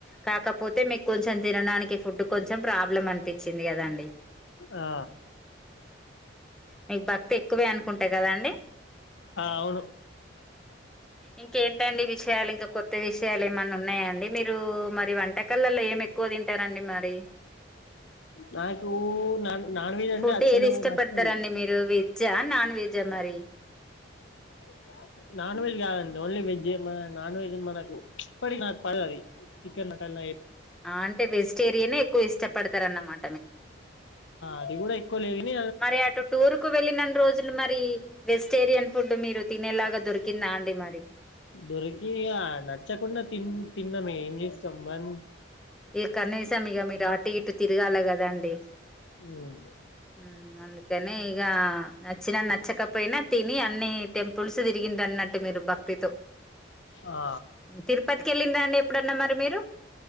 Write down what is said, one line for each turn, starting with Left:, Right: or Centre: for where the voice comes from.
Centre: కాకపోతే మీకు కొంచెం తినడానికి, ఫుడ్ కొంచెం ప్రాబ్లం అనిపించింది. కదండి
Left: ఆ
Centre: మీకు, భక్తి ఎక్కువే అనుకుంటా కదాండి.
Left: అవును
Centre: ఇంకేంటండి విషయాలు, ఇంకా కొత్త విషయాలు ఏమన్నా ఉన్నాయాండి. మీరు మరి వంటకాలల్లో ఏమి ఎ క్కువ తింటారండి. మరి
Left: నాకూ నాన్ నాన్ వెజ్ అంటే
Centre: ఫుడ్,
Left: అస్సలు
Centre: ఏది ఇష్టపడతారండి.
Left: నచ్చది
Centre: మీరు వెజ్జా నాన్ వెజ్జా మరి
Left: సీవ్ చాఫ్ నాన్ వెజ్ కాదండి, ఓన్లీ వెజ్ నాన్ వెజ్ మనకు ఇప్పటి నాకు పడదు. అది చికెన్ నటన్
Centre: ఆ అంటే, వెజిటేరియనే ఎక్కువ ఇష్టపడతారున్నమాట.
Left: అది గూడా ఎక్కువ లేదుగాని
Centre: మరి అటు టూర్ కు వెళ్ళినన్నీ రోజులు, మరి వెజిటేరియన్ ఫుడ్, మీరు తినేలాగా దొరికిందా. అ టే మరి
Left: దొరికి అ నచ్చకుండా, తి తిన్నమ ఏం చేస్తాం. మన్
Centre: ఇ కనీసాం, ఇగా మీరు అటు ఇటు తిరగాల గదాండి.
Left: ఉమ్
Centre: మ్, అందుకనే ఇగా నాచ్చినా, నచ్చకపోయినా తిని అన్ని టెంపుల్స్ తిరిగి అన్నట్. మీరు భక్తితో,
Left: ఆ
Centre: తిరుపతికి ఎళ్ళింరా, అండి ఎప్పుడన్నా మరి మీరు